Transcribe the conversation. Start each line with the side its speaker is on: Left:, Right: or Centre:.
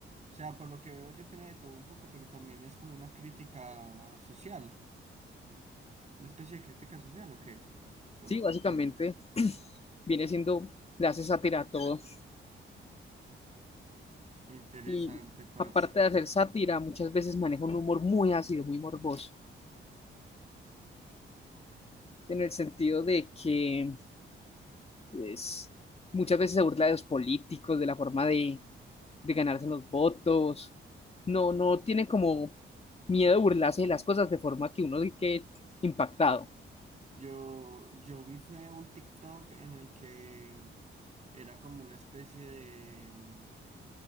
Right: sea, por lo que veo yo tiene de todo un poco, pero también es como una crítica social, una especie de crítica social, ¿o qué? Por
Left: Sí,
Right: lo que
Left: básicamente
Right: intuyo.
Left: <clears throat> viene siendo, le hace sátira a todo
Right: Interesante,
Left: y
Right: parce.
Left: aparte de hacer sátira, muchas veces maneja un humor muy ácido, muy morboso, en el sentido de que es, muchas veces se burla de los políticos, de la forma de de ganarse los votos, no, no tiene como miedo de burlarse de las cosas de forma que uno quede impactado.
Right: Yo, yo vi fue un TikTok en el que era como una especie de, mm,